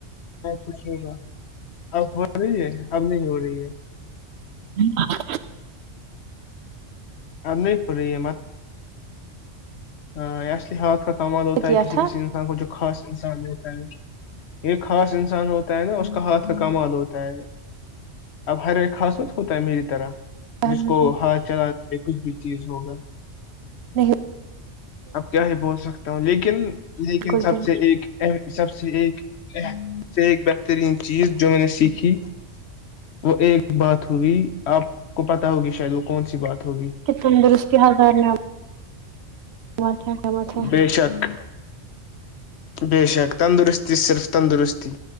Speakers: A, on the left (about 65°); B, on the right (about 65°).
A: ب کچھ ہوگا اب ہو رہی ہے اب نہیں ہو رہی رہی ہے
B: ہاں
A: اب نہیں ہو رہی ہے مت ہاںیا ح کمال ہوتا
B: کیا
A: ہے کسی
B: تھا
A: کسی انسان کو جو خاص انسان ہوتا ہے یہ خاص انسان ہوتا ہے نا اس کا ہاتھ کا کمال ہوتا ہے اب ہر ایک خاصمت ہوتا ہے میری طرح
B: نہیں
A: جس کو ہاتھ چلا پ کچھ بھی چیز ہوگا
B: نہیں
A: اب کیا ہی بول سکتا ہوں لیکن کن لیکن
B: بالکل
A: سب
B: بالکل
A: سے ایک سب سے ایک سے ایک بہترین چیز جو میں نے سیکھی وہ ایک بات ہوئی آپ کو پتا ہوگی شاید وہ کون سی بات ہوگی
B: کہ تندرستی حازار نے بات ہے کیا بات ہے
A: بے شک بے شک تندرستی صرف تندرستی